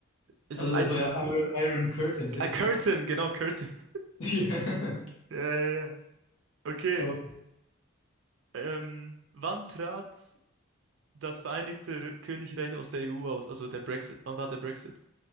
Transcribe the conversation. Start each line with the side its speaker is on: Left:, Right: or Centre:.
Right: ist
Left: Also
Right: es Eiserne
Left: es war ja
Right: Mauer?
Left: Iron, Iron Curtain, das hätte
Right: Ah, Curtain,
Left: ich wirklich.
Right: genau, Curtain. <laughs>
Left: <laughs>
Right: Ja, ja, ja. Okay.
Left: Ja.
Right: Ähm, wann trat das Vereinigte R Königreich aus der EU aus? Also der Brexit. Wann war der Brexit?